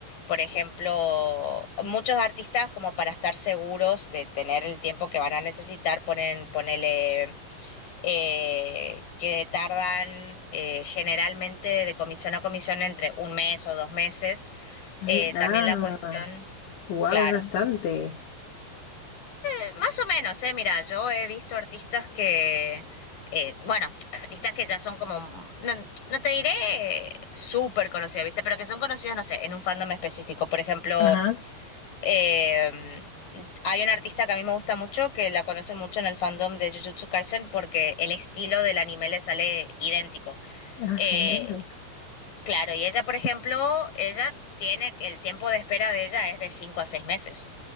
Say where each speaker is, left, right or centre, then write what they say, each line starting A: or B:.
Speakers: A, on the left; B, on the left.
A: por ejemplo, muchos artistas como para estar seguros de tener el tiempo que van a necesitar ponen, ponele eh, que tardan eh, generalmente de comisión a comisión entre un mes o dos meses.
B: Ujú.
A: Eh,
B: Ah,
A: también la cuestión,
B: wow,
A: claro,
B: es bastante.
A: eh, más o menos, eh, mira, yo he visto artistas que, eh, bueno, artistas que ya son como, no, no te diré eh, súper conocidos, ¿viste? Pero que son conocidos, no sé, en un fandom específico. Por ejemplo,
B: Ajá,
A: eh, hay un artista que a mí me gusta mucho, que la conocen mucho en el fandom de Jujutsu Kaisen porque el estilo del anime le sale idéntico.
B: ah,
A: Eh,
B: genial.
A: claro, y ella, por ejemplo, ella tiene, el tiempo de espera de ella es de cinco a seis meses.